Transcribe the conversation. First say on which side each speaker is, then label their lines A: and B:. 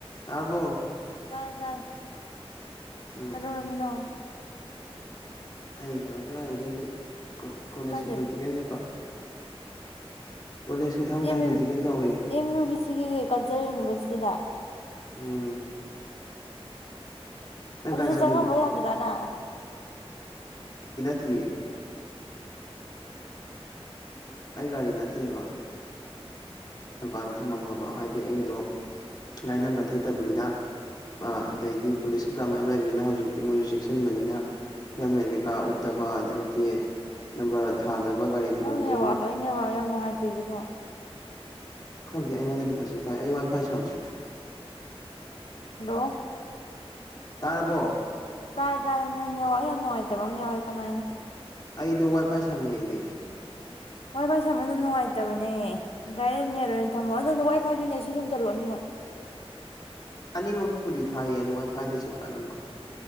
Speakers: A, on the left (about 45°); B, on the left (about 70°).
A: ꯇꯥꯕꯣ
B: ꯇꯥꯗꯜ
A: ꯎꯝ
B: ꯀꯗꯧꯔꯝꯃꯤꯅꯣ
A: ꯑꯩ ꯍꯂꯛꯇꯒ ꯏꯗꯁꯨ ꯑꯩꯈꯣꯏ ꯀꯣꯂꯦꯖꯀꯤ
B: ꯀꯥꯏ
A: ꯄ꯭ꯔꯦꯛꯇꯤꯀꯦꯜ ꯆꯠꯄ ꯀꯣꯂꯦꯖꯀꯤ ꯊꯥꯡ ꯇꯥꯏ
B: ꯃꯦ
A: ꯄ꯭ꯔꯦꯛꯇꯤꯀꯦꯜ ꯇꯧꯋꯦ
B: ꯏꯃꯤꯅ ꯁꯤꯒꯤꯒꯀ ꯀꯖꯔ ꯌꯨꯅꯤꯚꯔꯁꯤꯇꯤꯗ
A: ꯎꯝ ꯅꯪ
B: ꯑꯗꯨꯗꯤ
A: ꯀꯥꯏ ꯆꯠꯂꯨꯏꯕ
B: ꯆꯪꯉꯃꯣꯏ ꯌꯥꯗ꯭ꯔꯥꯅ
A: ꯇꯏ ꯑꯩ ꯒꯥꯔꯤ ꯅꯠꯇꯦꯕ ꯗꯨꯀꯥꯟ ꯊꯝꯃꯝꯃꯕ ꯍꯥꯏꯗꯤ ꯑꯩꯗꯣ ꯒꯥꯔꯤ ꯅꯝꯕ
B: ꯎꯝ
A: ꯊꯦꯠꯇꯕꯅꯤꯅ ꯑꯗꯩꯗꯤ
B: ꯎꯝ
A: ꯄꯨꯂꯤꯁꯀꯤ ꯀꯃ ꯂꯩꯕꯅꯤꯅ ꯍꯧꯖꯤꯛꯇꯤ ꯃꯣꯏꯁꯨ ꯆꯦꯛꯁꯤꯟꯕꯅꯤꯅ ꯍꯦꯜꯃꯦꯠ ꯀꯩꯀꯥ ꯎꯞꯇꯕ ꯑꯗꯩꯗꯤ ꯅꯝꯕꯔ ꯊꯥꯗꯕ ꯒꯥꯔꯤ ꯊꯧꯕꯗꯣ
B: ꯅꯪꯅꯤ ꯋꯥꯜꯂꯣꯅꯤ ꯋꯥ ꯌꯥꯝꯅꯨꯡꯥꯏ ꯇꯩꯖꯕꯣ
A: ꯀꯪꯗ ꯑꯩꯉꯣꯟꯗ ꯐꯖꯦꯦ ꯇꯥꯏ ꯑꯩ ꯋꯥꯏ ꯐꯥꯏ ꯁꯝꯃꯦ
B: ꯍꯜꯂꯣ
A: ꯇꯥꯔꯕꯣ
B: ꯇꯥꯔꯦ ꯇꯥꯔꯦ ꯅꯪꯅꯦ ꯋꯥ ꯌꯥꯝ ꯅꯨꯡꯉꯥꯏꯇꯕ ꯑꯃ ꯌꯥꯎꯔꯦ ꯀꯅꯥ ꯍꯥꯏꯅꯣ
A: ꯑꯩꯗꯣ ꯋꯥꯏꯐꯥꯏ ꯁꯝꯃꯦ ꯑꯩꯗꯤ
B: ꯋꯥꯏ ꯐꯥꯏ ꯁꯦꯃꯗ ꯅꯨꯡꯉꯥꯏꯇꯕꯅꯦ ꯗꯥꯏꯔꯦꯛ ꯅꯦꯣꯏꯅ ꯊꯝꯃꯣꯑꯣ ꯑꯗꯨꯣ ꯋꯥꯏ ꯐꯥꯏ ꯌꯅꯦꯠꯁꯨ ꯁꯨꯝ ꯆꯜꯂꯛ ꯑꯅꯤꯃꯛ
A: ꯑꯅꯤꯃꯛꯇꯕꯨꯗꯤ ꯊꯥꯏꯌꯦ ꯑꯗꯨ ꯋꯥꯏ ꯐꯥꯏꯗꯩ ꯆꯠꯄ ꯑꯅꯝꯕ